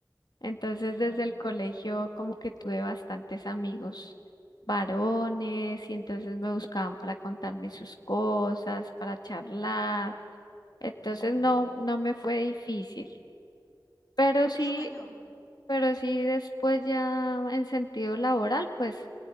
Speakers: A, on the left; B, on the left.
A: Entonces,
B: Ah,
A: desde el
B: perfecto.
A: colegio como que tuve bastantes amigos varones y entonces me buscaban para contarme sus cosas, para charlar. Entonces
B: Ujú.
A: no, no me fue difícil, pero sí,
B: Qué bueno,
A: pero sí después ya en sentido laboral, pues